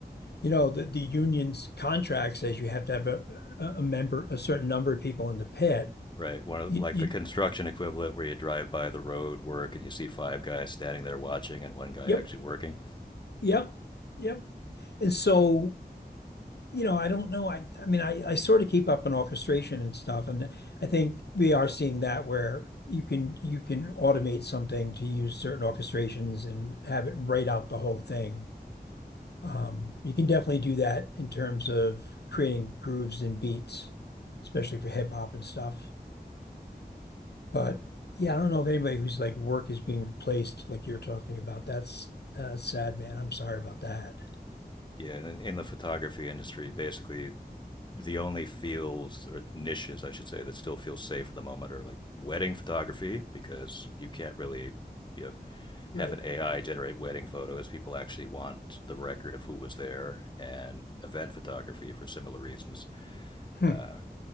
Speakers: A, on the left; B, on the left.
A: you know, the, the union's contract says you have to have a, a a member, a certain number of people in the pit.
B: Right. One of
A: You,
B: like
A: you,
B: the construction equivalent where you drive by the road work and you see five guys standing there watching and one guy
A: yep,
B: actually working.
A: yep, yep. And so, you know, I don't know. I, I mean, I, I sort of keep up on orchestration and stuff, and I think we are seeing that where you can you can automate something to use certain orchestrations and have it write out the whole thing. Um, You can definitely do that in terms of creating grooves and beats, especially for hip hop and stuff. But yeah, I don't know if anybody whose like work is being replaced like you're talking about. That's uh, sad, man. I'm sorry about that.
B: Yeah, in, in the photography industry, basically the only fields or niches, I should say, that still feel safe at the moment are like wedding photography, because you can't really you know,
A: Right.
B: have an AI generate wedding photos. People actually want the record of who was there, and event photography for similar reasons.
A: Hmm.
B: Uh,